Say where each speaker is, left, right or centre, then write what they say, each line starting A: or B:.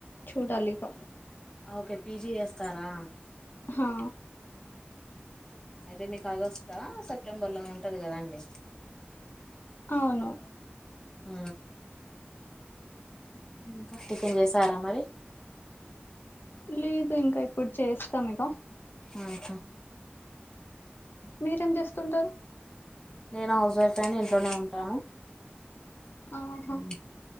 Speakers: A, on the left (about 60°); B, on the left (about 20°).
A: చూడాలి ఇగ
B: ఓకే పీజీ చేస్తారా
A: హా
B: అయితే మీకు ఆగస్ట్ట సెప్టెంబర్ లోనే ఉంటది కదా అండి
A: అవును
B: ఆ ఇంకా టిఫెన్ చేసారా మరి
A: లేదు ఇంకా ఇప్పుడు చేస్తానిగా
B: ఆహా
A: మీరేం చేస్తుంటారు
B: నేను హౌస్ వైఫ్ అని ఇంట్లోనే ఉంటాను
A: ఆహా
B: ఉ